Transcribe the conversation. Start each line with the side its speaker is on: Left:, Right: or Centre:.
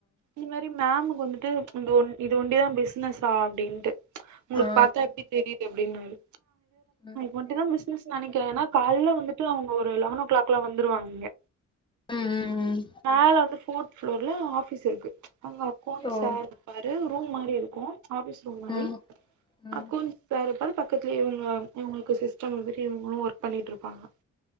Right: இது மாரி மேமுக்கு வந்துட்டு இந்த ஒன் இது ஒண்டிதான் பிசினஸா அப்டின்ட்டு உங்களுக்கு
Left: ஆ
Right: பாத்தா எப்டி தெரிது அப்டினாரு
Left: ம்
Right: மட்டுந்தான் பிசினஸ் நெனைக்கிறன் ஏனா கால்ல வந்துட்டு அவுங்க ஒரு லெவன் ஓ கிளாக்ல்லா வந்துருவாங்க இங்க
Left: ம் ம் ம்
Right: மேல வந்து போர்த் ப்ளோர்ல ஆபீஸ் இருக்கு அங்க அக்கோன்ஸ்
Left: ஓ
Right: சார் பாரு ரூம் மாரி இருக்கு ஆஃபிஸ் ரூம் மாரி
Left: ம் ம்
Right: அ கொ வேற பாரு பக்கத்துலயே இவுங்க இவுங்களுக்கு சிஸ்டம் அது மாரி இவங்களுமன ஒர்க் பண்ணிட்டு இருப்பாங்க